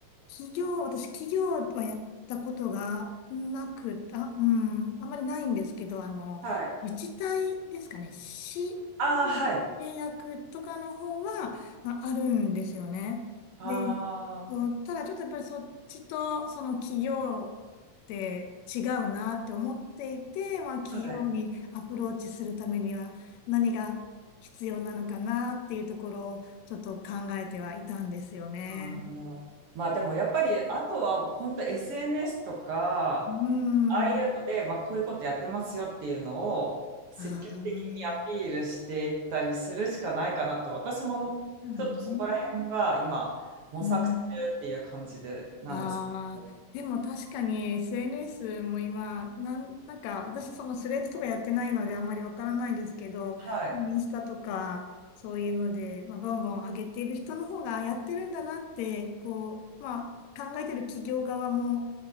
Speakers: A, on the left (about 75°); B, on the right (about 65°).
A: 企業、私、企業はやったことがなく、あ、うん、あまりないんですけど、あの、
B: はい。
A: 自治体ですかね、市の契約とかの方は、
B: ああ、はい。
A: まあ、あるんですよね。
B: ああ。
A: で、そうただちょっとやっぱりそっちとその企業って違うなって思っていて、まあ、企業にアプローチするためには何が必要なのかなっていうところをちょっと考えてはいたんですよね。
B: はい。あの、まあでもやっぱり、あとは本当 SNS とか、
A: うん。
B: ああいうので、まあこういうことやってますよっていうのを積極的にアピールしていったりするしかないかなと、
A: ああ、
B: 私ももうちょっとそこら辺が今模索中っていう感じでなんですけど。
A: そうね。うん。ああ、でも確かに SNS も今、なん、なんか私そのスレッズとかやってないのであんまりわからないんですけど、
B: はい。
A: インスタとかそういうので、まあ、ボンボン上げている人の方がやってるんだなって、こう、まあ考えてる企業側も、